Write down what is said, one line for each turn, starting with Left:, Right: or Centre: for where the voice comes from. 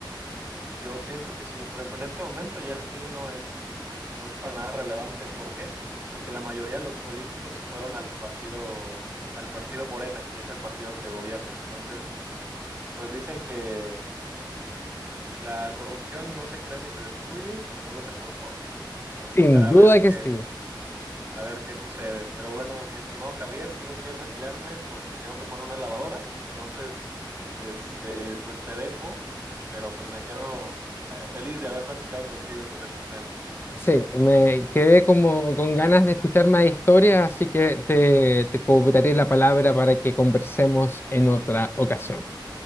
Right: Yo pienso que sí. Por ejemplo, en este momento ya el PRI no es, no es para nada relevante. ¿Por qué? Porque la mayoría de los políticos se fueron al partido, al partido Morena, que es el partido que gobierna. Entonces, pues dicen que la corrupción no se crea ni se destruye, solo se transforma. Y pues nos
Left: Sin
Right: tocará
Left: duda
Right: ver
Left: que
Right: qué,
Left: sí.
Right: a ver qué sucede. Pero bueno, mi estimado Javier, tengo que retirarme porque tengo que poner una lavadora. Entonces, este, pues te dejo, pero pues me quedo eh, feliz de haber platicado contigo sobre estos temas.
Left: Sí, me quedé como con ganas de escuchar más historias, así que te, te cobraré la palabra para que conversemos en otra ocasión.